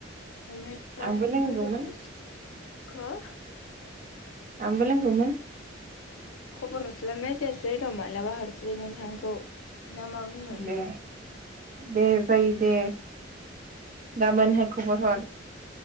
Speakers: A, on the left (about 80°); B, on the right (about 40°).
A: <unintelligible>
B: आंबो लोंगौमोन
A: हो
B: आंबोलोंगौमोन
A: खबर हरस्लाबनाय जायासै र' मालाबा हरसै नोंथांखौ ना मा बुङो
B: दे दे जायो दे गाबोनहाय खबर हर